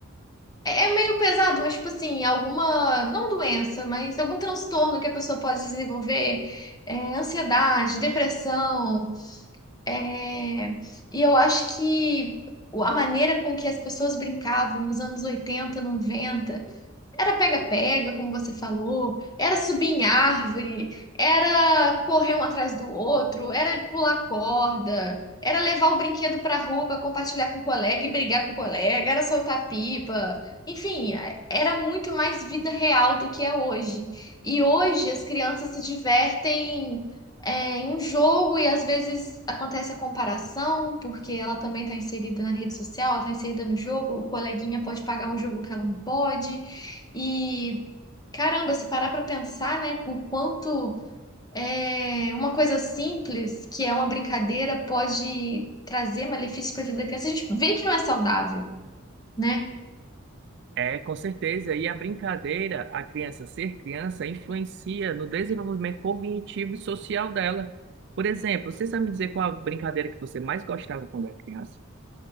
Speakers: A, on the left; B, on the right.
A: É é meio pesado, mas tipo assim, alguma, não doença, mas algum transtorno que a pessoa pode desenvolver, é, ansiedade, depressão, É, e eu acho que o- a maneira com que as pessoas brincavam nos anos 80 90 era pega-pega, como você falou, era subir em árvore, era correr um atrás do outro, era pular corda, era levar o brinquedo pra rua pra compartilhar com o colega e brigar com o colega, era soltar pipa. Enfim, é, era muito mais vida real do que é hoje. E hoje as crianças se divertem é, em um jogo e às vezes acontece a comparação, porque ela também está inserida na rede social, ela está inserida no jogo, o coleguinha pode pagar um jogo que ela não pode. E caramba, se parar para pensar, né, o quanto é, uma coisa simples, que é uma brincadeira, pode trazer malefícios para a vida da criança, a gente vê que não é saudável, né?
B: É, com certeza, e a brincadeira, a criança ser criança, influencia no desenvolvimento cognitivo e social dela. Por exemplo, você sabe me dizer qual a brincadeira que você mais gostava quando era criança?